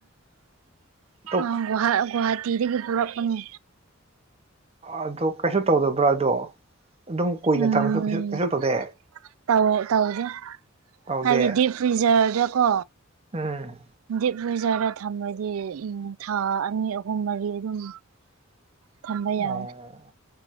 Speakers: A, on the right (about 30°); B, on the right (about 85°).
A: ꯑꯗꯣ
B: ꯎꯝꯒꯨꯍ ꯒꯨꯍꯥꯇꯤꯗꯒꯤ ꯄꯨꯔꯛꯄꯅꯤ
A: ꯑꯗꯣ ꯀꯩꯁꯨ ꯇꯧꯗꯕ꯭ꯔꯥ ꯑꯗꯣ ꯑꯗꯨꯝ ꯀꯨꯏꯅ
B: ꯎꯝ
A: ꯊꯝꯃꯁꯨ ꯀꯩꯁꯨ ꯀꯩꯁꯨ ꯇꯧꯗꯦ
B: ꯇ ꯇꯥꯎꯖ
A: ꯇꯧꯗꯦ
B: ꯍꯥꯏꯕꯗꯤ ꯗꯤꯞ ꯐ꯭ꯔꯤꯖꯔꯗ ꯀꯣ
A: ꯎꯝ
B: ꯗꯤꯞ ꯋꯤꯖꯔ ꯊꯝꯃꯗꯤ ꯎꯝ ꯊꯥ ꯑꯅꯤ ꯑꯍꯨꯝ ꯃꯔꯤ ꯑꯗꯨꯝ
A: <inaudible>
B: ꯊꯝꯕ ꯌꯥ
A: ꯑꯣ